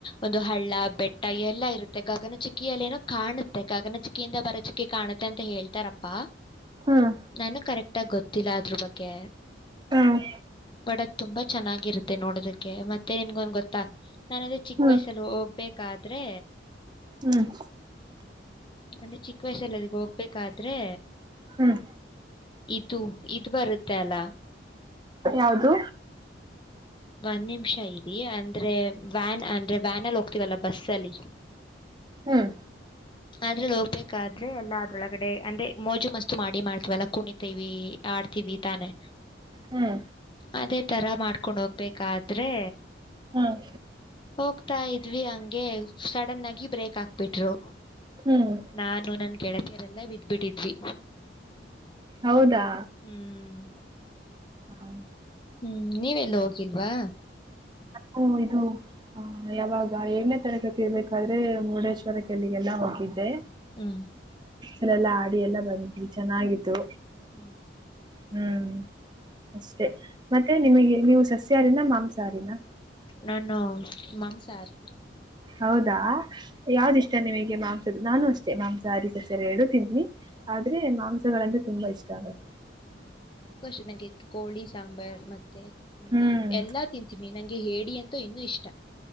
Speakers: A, on the left (about 25°); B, on the right (about 25°).
A: ಒಂದು ಹಳ್ಳ ಬೆಟ್ಟ ಎಲ್ಲ ಇರುತ್ತೆ ಗಗನ ಚುಕ್ಕಿಯಲ್ಲೊ ಏನೋ ಕಾಣುತ್ತೆ ಗಗನ ಚುಕ್ಕಿಯಿಂದ ಬರೋ ಚುಕ್ಕಿ ಕಾಣುತ್ತೆ ಅಂತ ಹೇಳ್ತಾರಪ್ಪ. ಪ್ಪ
B: ಹ್ಮ್
A: ನಾನು ಕರೆಕ್ಟ್ ಆಗಿ ಗೊತ್ತಿಲ್ಲ ಅದ್ರ್ ಬಗ್ಗೆ.
B: ಹ್ಮ್
A: ಬಡಕ್ ತುಂಬಾ ಚೆನ್ನಾಗಿರುತ್ತೆ ನೋಡೋದಕ್ಕೆ ಮತ್ತೆ ನಿಮ್ಗೊಂದು. ತಾ ನಾನು ಅದೇ ಚಿಕ್ಕು
B: ಹ್ಮ್
A: ವಯಸ್ಸಲ್ಲಿ ಹೋಗ್ಬೇಕಾದ್ರೆ.
B: ಹ್ಮ್
A: ನಾನು ಚಿಕ್ಕು ವಯಸಲ್ಲಿ ಅಲ್ಲಿಗೆ ಹೋಗ್ಬೇಕಾದ್ರೆ.
B: ಹ್ಮ್
A: ಇದು ಇದು ಬರುತ್ತೆ ಅಲ
B: ಯಾವುದು
A: ಒಂದ್ ನಿಮಿಷ ಇರಿ ಅಂದ್ರೆ ವ್ಯಾನ್ ಅಂದ್ರೆ ವ್ಯಾನ್ ಅಲ್ಲಿ ಹೋಗ್ತೀವಲ್ಲ ಬಸ್ ಅಲ್ಲಿ.
B: ಹ್ಮ್
A: ಆದ್ರೆ ಹೋಗ್ಬೇಕಾದ್ರೆ ಎಲ್ಲಾ ಅದ್ರೊಳಗಡೆ ಅಂದ್ರೆ. ಮೋಜು ಮಸ್ತು ಮಾಡಿ ಮಾಡ್ತವಲ್ಲ ಕುಣಿತೀವಿ ಆಡ್ತೀವಿ ತಾನೇ.
B: ಹ್ಮ್
A: ಅದೇ ತರ ಮಾಡ್ಕೊಂಡು ಹೋಗ್ಬೇಕಾದ್ರೆ
B: ಹ್ಮ್
A: ಹೋಗು ತ ಇದ್ವಿ ಹಂಗೆ ಸಡನ್ ಆಗಿ ಬ್ರೇಕ್ ಹಾಕ್ಬಿಟ್ರು
B: ಹ್ಮ್
A: ನಾನು ನನ್ ಗೆ ರೆಲ್ಲ ಬಿದ್ಬಿಟ್ಟಿದ್ವಿ
B: ಹೌದಾ
A: ಹ್ಮ್.
B: ಹಾ
A: ಹ್ಮ್ ನೀವೆಲ್ಲ ಹೋಗಿಲ್ವಾ.
B: ಹ್ಮು ಇದು ಹ ಯಾವಾಗ ಏಳ್ನೇ ತರಗತಿ ಇರಬೇಕಾದರೆ. ಮುರುಡೇಶ್ವರ ಕೆಲ್ಲಿಗೆಲ್ಲ ಹೋಗಿದ್ದೆ.
A: ಹ್ಞೂ
B: ಇವೆಲ್ಲ ಹಾ ಎಲ್ಲ ಬಂದ್ವಿ ಚೆನ್ನಾಗಿತ್ತು.
A: ಹ್ಮ್
B: ಹ್ಮ್ ಅಷ್ಟೇ ಮತ್ತೆ ನಿಮಗೆ ನೀವು ಸಸ್ಯಾಹಾರಿನ ಮಾಂಸಹಾರಿನ.
A: ನಾನು ಮಾಂಸಹಾರಿ.
B: ಹೌದಾ ಯಾವುದು ಇಷ್ಟ ನಿಮಗೆ ಮಾಂಸದು ನಾನು
A: ನಮ್ಮ
B: ಅಷ್ಟೇ ಮಾಂಸ ಹಾರಿ ಸಸ್ಯಹಾರಿ ಎರಡು ತಿಂತೀನಿ. ಆದ್ರೆ ಮಾಂಸಗಳಂದ್ರೆ ತುಂಬಾ ಇಷ್ಟ ಆಗತ್ತೆ.
A: ಹ್ಮ ನನ್ಗೂ ಅಷ್ಟೆ ಎತ್ತು ಕೋಳಿ ಸಾಂಬಾರ್ ಮತ್ತೆ. ಮೀನು
B: ಹ್ಮ್
A: ಎಲ್ಲಾ ತಿಂತೀನಿ ನಂಗೆ ಹೇಡಿ ಅಂತೂ ಇನ್ನು ಇಷ್ಟ.